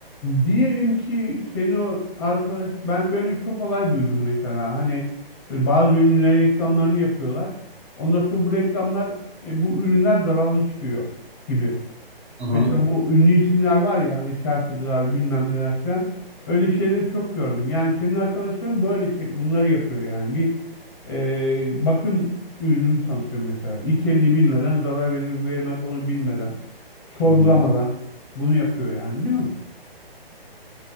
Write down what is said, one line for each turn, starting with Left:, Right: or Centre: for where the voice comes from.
Left: Diyelim ki senin o arkadaş ben böyle çok olay duydum mesela hani böyle bazı ürünlerin reklamlarını yapıyorlar. Ondan sonra bu reklamlar e, bu ürünler zararlı çıkıyor gibi.
Right: Hı hı.
Left: Mesela bu ünlü isimler var ya hani şarkıcılar bilmem neler falan öyle şeyleri çok gördüm. Yani senin arkadaşların böyle şey bunları yapıyor yani bir e, bakım ürünü tanıtıyor mesela. İçeriğini bilmeden zarar verir vermez onu bilmeden sorgulamadan
Right: Hı hı.
Left: bunu yapıyor yani değil mi?